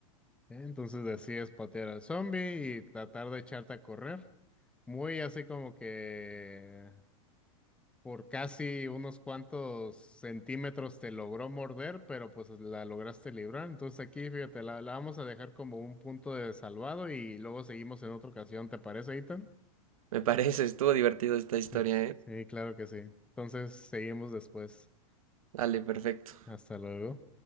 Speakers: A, in the centre; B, on the right.
A: entonces decides patear al zombie y tratar de echarte a correr. Muy así como que Por casi unos cuantos centímetros te logró morder, pero pues la lograste librar. Entonces aquí, fíjate, la, la vamos a dejar como un punto de salvado y luego seguimos en otra ocasión. ¿Te parece, Ethan?
B: Me parece, estuvo divertido esta historia,
A: Sí,
B: ¿eh?
A: sí, claro que sí. Entonces seguimos después.
B: Dale, perfecto.
A: Hasta luego.